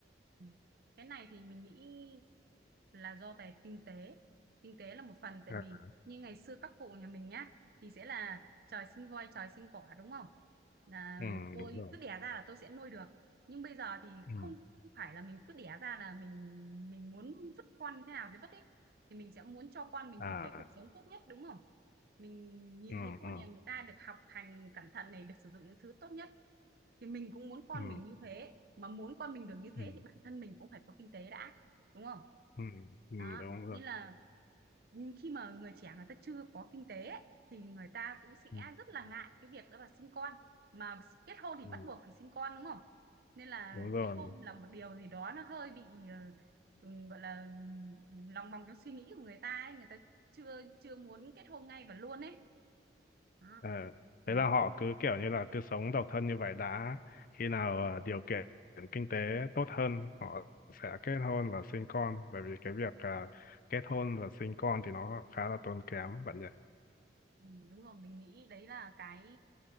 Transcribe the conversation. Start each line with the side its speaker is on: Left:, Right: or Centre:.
Right: ừ. Cái này thì mình nghĩ là do về kinh tế kinh tế là một phần tại
Left: ừ
Right: vì như ngày xưa các cụ nhà mình nhá thì sẽ là trời sinh voi trời sinh cỏ đúng không là
Left: ừ,
Right: tôi
Left: đúng rồi
Right: cứ đẻ ra là tôi sẽ nuôi được nhưng bây giờ thì
Left: ừ
Right: không, không phải là mình cứ đẻ ra là mình mình muốn vứt con như thế nào thì vứt ấy thì mình sẽ muốn cho con mình
Left: à
Right: một cái cuộc sống tốt nhất đúng không mình nhìn
Left: ừ
Right: thấy con
Left: ừ
Right: nhà người ta được học hành cẩn thận này được sử dụng những thứ tốt nhất thì mình cũng muốn con
Left: ừ
Right: mình như thế mà muốn con mình được như thế
Left: ừ
Right: thì bản thân mình cũng phải có kinh tế đã đúng không
Left: ừ, ừ, ừ,
Right: đó
Left: đúng rồi
Right: nên là khi mà người trẻ người ta chưa có kinh tế ấy, thì người ta cũng sẽ
Left: ừ,
Right: rất là ngại cái việc đó là sinh con mà kết hôn thì
Left: ừ,
Right: bắt buộc phải sinh con đúng không nên là
Left: đúng rồi
Right: kết hôn là một điều gì đó nó hơi bị ờ, ừ, gọi là ừ, lòng vòng trong suy nghĩ của người ta ấy người ta chưa chưa muốn kết hôn ngay và luôn ấy đó
Left: Ờ,
Right: mình
Left: thế là
Right: nghĩ
Left: họ cứ kiểu như là cứ sống độc thân như vậy đã. Khi nào ờ, điều kiện kinh tế tốt hơn, họ sẽ kết hôn và sinh con. Bởi vì cái việc ờ, kết hôn và sinh con thì nó khá là tốn kém bạn nhỉ.
Right: Ừ, đúng rồi mình nghĩ đấy là cái